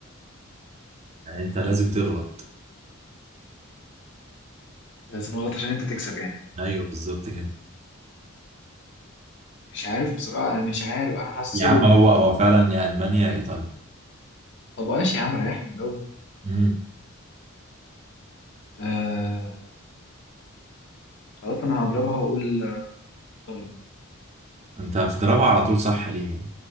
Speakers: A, on the right (about 35°); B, on the left (about 60°).
A: يعني انت لازم تغلط
B: لازم أغلط عشان أنت تكسب يعني
A: ايوه بالظبط كده
B: مش عارف بصراحة أنا مش عارف أنا حاسه
A: يا عم هو هو فعلا يا المانيا يا ايطاليا
B: طب ماشي يا عم ريحني من الأول
A: امم
B: آه خلاص أنا هضربها وأقول إيطاليا
A: انت بتضربها على طول صح ليه